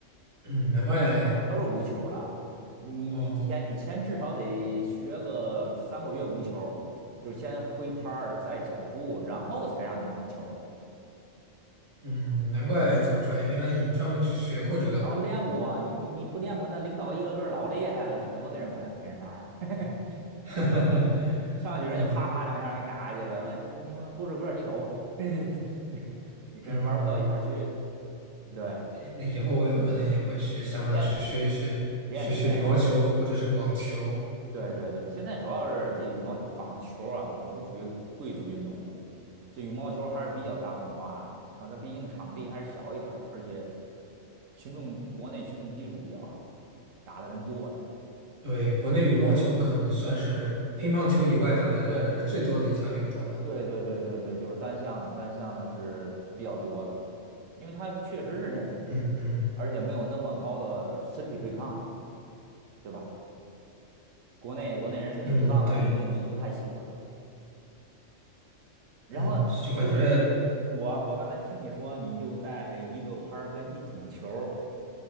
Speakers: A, on the right (about 25°); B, on the right (about 85°).
A: 嗯，难怪。
B: 都是无球的。你你前你前至少得学个三个月无球，
A: 哦，
B: 就是先挥拍儿，再脚步，然后才让你碰球。
A: 嗯，难怪这么专业。原来你专门去学过这个。
B: 然后练过啊，你你你不练过，那领导一个个老厉害了，你怎么跟人陪陪人玩儿 <laughs>
A: <laughs> 哈哈哈。
B: 上去人家啪啪两下给你打下去了，
A: 啊，
B: 完你你你们不是个儿你走吧，<laughs> 你你跟人玩不到一块儿去。
A: 嗯。
B: 对，
A: 那以后我有可能也会去想办法去学一学，
B: 练练练练练练。
A: 学学羽毛球或者是网球。
B: 对对对，现在主要是这羽毛网球啊，网球属于贵族运动了，这羽毛球还是比较大众化的，它它毕竟场地还是小一点儿而且群众国内群众基础比较好，打的人多呀
A: 对，国内羽毛球可能算是乒乓球以外打的最多的一项运动了。
B: 对对对对对对，就是单项的，单项的是比较多的，因为它确实是练颈椎，
A: 嗯嗯
B: 而且没有那么高的身体对抗，对吧？国内国内人身体对抗的运动不太喜欢。
A: 嗯，对，
B: 然后就是我，
A: 嗯，就感觉，
B: 我刚才听你说你就带了一个拍儿跟一桶球儿，